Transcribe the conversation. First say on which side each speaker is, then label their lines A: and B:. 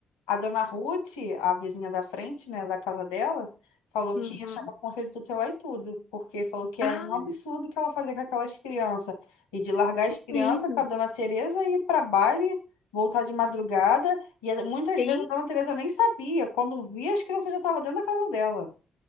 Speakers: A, on the left; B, on the left.
A: A dona Ruth, a vizinha da frente, né, da casa dela, falou
B: Uhum.
A: que achava conselho tutelar e tudo, porque falou que
B: Ah,
A: era um absurdo o que ela fazia com aquelas crianças. E de largar as crianças
B: menina,
A: com a dona Tereza e ir para baile, voltar de madrugada. E ela- muitas
B: sim.
A: vezes a dona Tereza nem sabia. Quando via, as crianças já estavam dentro da casa dela.